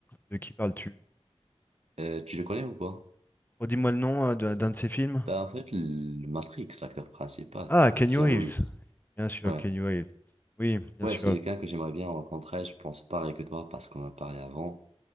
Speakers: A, on the left; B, on the right.
A: De qui parles-tu?
B: Euh, tu le connais ou pas?
A: Redis-moi le nom euh, d'un d'un de ses films.
B: Ben en fait, le Matrix, l'acteur principal,
A: Ah, Kenny
B: Keanu
A: Reeves.
B: Reeves.
A: Bien sûr,
B: Ouais.
A: Kenny Reeves. Oui, bien
B: Ouais,
A: sûr.
B: c'est quelqu'un que j'aimerais bien rencontrer, je pense pareil que toi, parce qu'on a parlé avant.